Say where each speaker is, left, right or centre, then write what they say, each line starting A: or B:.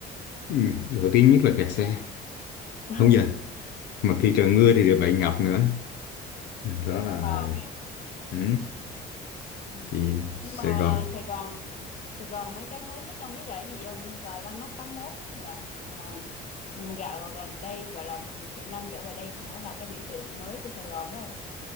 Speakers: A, on the left; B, on the left.
A: ừ, nổi tiếng nhất là kẹt xe
B: <laughs>
A: đúng giờ
B: Ừ.
A: mà khi trời mưa thì lại bị ngập nữa đó là
B: Ờ, ha.
A: ừ,
B: ừ.
A: thì Sài
B: Nhưng mà
A: Gòn
B: Sài Gòn Sài Gòn mấy cái mới nhất ông biết là cái gì không? Như tòa Landmark 81 đó là ờ, dạo gần đây gọi là chục năm trở về đây thì nó là cái biểu tượng mới của Sài Gòn đó không?